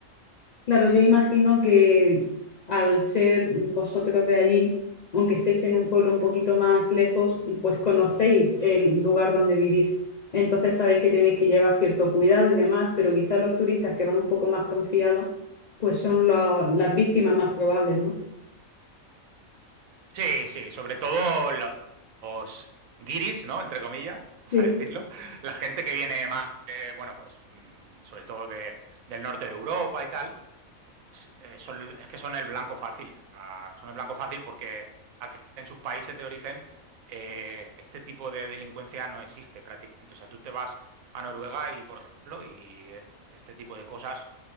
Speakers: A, on the left (about 70°); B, on the right (about 75°).
A: Claro, yo imagino que al ser vosotros de allí, aunque estéis en un pueblo un poquito más lejos, pues conocéis el lugar donde vivís. Entonces sabéis que tenéis que llevar cierto cuidado y demás, pero quizás los turistas que van un poco más confiados, pues son lo- las víctimas más probables, ¿no?
B: Sí, sí, sobre todo los guiris, ¿no? Entre comillas, <laughs>
A: Sí,
B: vamos a decirlo. La gente que viene más, eh, bueno, pues, mm, sobre todo de- del norte de Europa y tal, s- eh, son- es que son el blanco fácil. O sea, son el blanco fácil porque al final en sus países de origen eh, este tipo de delincuencia no existe prácticamente. O sea, tú te vas a Noruega y, por ejemplo, y es- este tipo de cosas